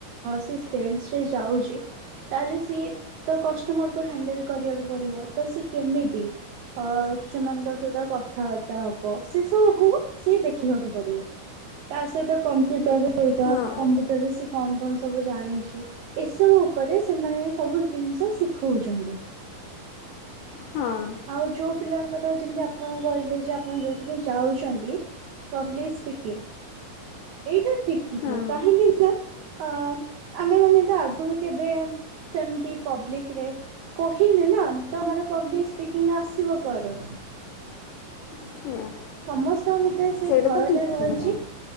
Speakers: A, on the right (about 80°); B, on the left (about 80°).
A: ସି ସେଲ୍ସ୍ ରେ ଯାଉଛି ତାହେଲେ ସିଏ ତ କଷ୍ଟମରକୁୁ ହ୍ୟାଣ୍ଡେଲ୍ କରିବାକୁ ପଡିବ ତ ସେ କେମିତି? ଅ ସେମାନଙ୍କ ସହିତ କଥା କଥାବାର୍ତ୍ତା ହବ ସେ ସବୁକୁ ସିଏ ଦେଖିବାକୁ ପଡିବ। ତା ସହିତ କମ୍ପ୍ୟୁଟର ହେରିକା
B: ହଁ।
A: ଗୋଟେ ରେ ସେ କଣ କଣ ସବୁ ଜାଣିଛି ଏସବୁ ଉପରେ ଏ ସେମାନେ ସବୁ ଜିନିଷ ଶିଖଉଛନ୍ତି।
B: ହଁ।
A: ଆଉ ଯୋଉ ପିଲାଙ୍କଟା ଯେମିତି ଆପଣ କହିଲେ ଯେ ଆପଣ ଯୋଉ ଯାଉଛନ୍ତି ପବ୍ଲିକ୍ ସ୍ପିକିଂ ଏଇଟା ଠିକ୍ ନୂହେଁ।
B: ହଁ
A: କାହିଁକି ନା ଅ ଆମେ ମାନେ ତ ଆଗରୁ କେବେ ସେମତି ପବ୍ଲିକ୍ ରେ କହିନି ନା ତ ଆମର ପବ୍ଲିକ୍ ସ୍ପିକିଂ ଆସିବ କୁଆଡୁ।
B: ସେଇଆ
A: ସମସ୍ତଙ୍କ ଭିତରେ ସେଇ
B: ସେଇଟା
A: ଭୟ
B: ତ ଠିକ୍
A: ଟା ରହିଛି।
B: କଥା।